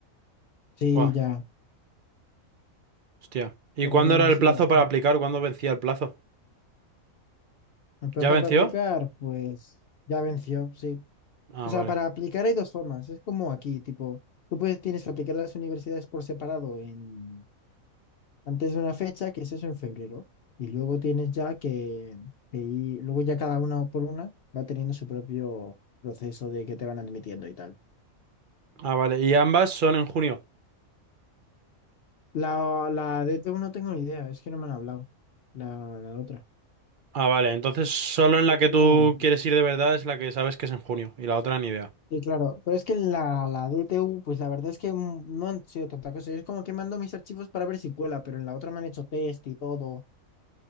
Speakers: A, on the left; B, on the right.
A: Sí,
B: Fua,
A: ya.
B: hostia. ¿Y
A: Pero
B: cuándo
A: bueno,
B: era
A: que
B: el
A: se
B: plazo
A: lo hacer.
B: para aplicar? ¿Cuándo vencía el plazo?
A: El plazo
B: ¿Ya venció?
A: para aplicar, pues ya venció, sí.
B: Ah,
A: O sea,
B: vale.
A: para aplicar hay dos formas. Es como aquí, tipo, tú puedes, tienes que aplicar a las universidades por separado en antes de una fecha, que es eso en febrero, y luego tienes ya que, que ir- luego ya cada una por una va teniendo su propio proceso de que te van admitiendo y tal.
B: Ah, vale. ¿Y ambas son en junio?
A: La, la DT1 no tengo ni idea, es que no me han hablado. La, la otra.
B: Ah, vale. Entonces, solo en la que
A: Yo
B: tú
A: tengo más.
B: quieres ir de verdad es la que sabes que es en junio y la otra ni idea.
A: Sí, claro, pero es que la, la DTU, pues la verdad es que mm, no han sido tanta cosa. Yo es como que mando mis archivos para ver si cuela, pero en la otra me han hecho test y todo.